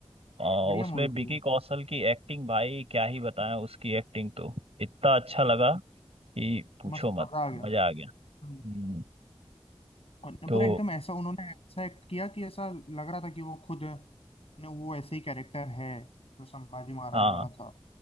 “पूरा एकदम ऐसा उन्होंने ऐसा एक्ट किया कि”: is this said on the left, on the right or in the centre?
Left